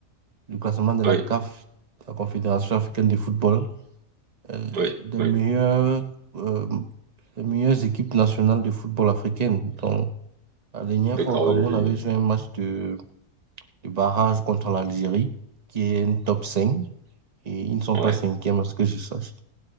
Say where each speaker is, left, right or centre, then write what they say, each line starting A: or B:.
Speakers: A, on the right; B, on the right.
A: du classement de la
B: Ouais,
A: CAF, la Confédération africaine de football, euh,
B: ouais,
A: des
B: ouais.
A: meilleurs, euh, des meilleures équipes nationales de football africaine. Donc, la dernière
B: D'accord,
A: fois au Cameroun,
B: oui, oui,
A: on avait joué un match de, de barrage contre l'Algérie, qui est un top 5 et ils ne sont
B: oui.
A: pas
B: Ouais.
A: cinquième à ce que je sache.